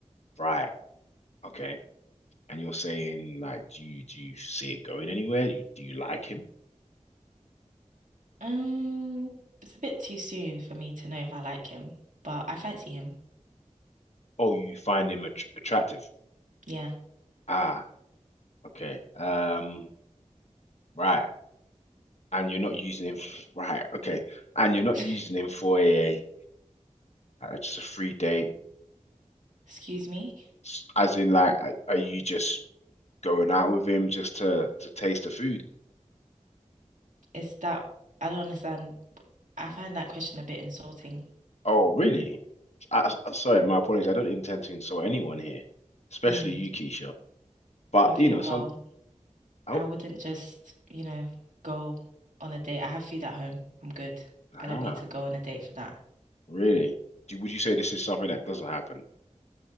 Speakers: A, on the left (about 60°); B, on the right (about 80°).
A: right? Okay, and you're saying, like, do you do you see it going anywhere? You do you like him?
B: Um, it's a bit too soon for me to know if I like him, but I fancy him.
A: Oh, you find him att attractive?
B: Yeah.
A: Ah, okay. Um, right. And you're not using him, <laughs> f- right? Okay, and you're not
B: <laughs>
A: using him for a uh, just a free date,
B: Excuse me?
A: s- as in, like, are are you just going out with him just to to taste the food.
B: Is that, I don't understand. I find that question a bit insulting.
A: Oh, really? I, I- sorry, my apologies. I don't intend to insult anyone here, especially
B: Hmm.
A: you, Keisha. But
B: Okay,
A: you know,
B: well,
A: some oh
B: I wouldn't just, you know, go on a date. I have food at home. I'm good.
A: ah,
B: I don't need to go on a date for that.
A: really? Do, would you say this is something that doesn't happen?